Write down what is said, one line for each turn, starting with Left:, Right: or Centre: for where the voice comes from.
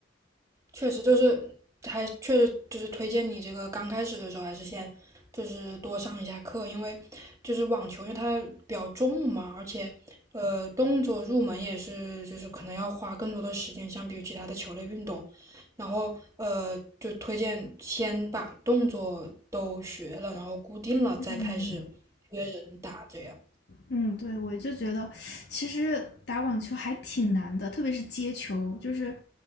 Right: 确实就是还确实就是推荐你这个刚开始的时候还是先就是多上一下课，因为就是网球，因为它比较重嘛，而且呃动作入门也是就是可能要花更多的时间，相比于其他的球类运动。然后呃就推荐先把动作都学了，然后固定了再开始约人打这样。
Left: 嗯。嗯，对，我就觉得其实打网球还挺难的，特别是接球，就是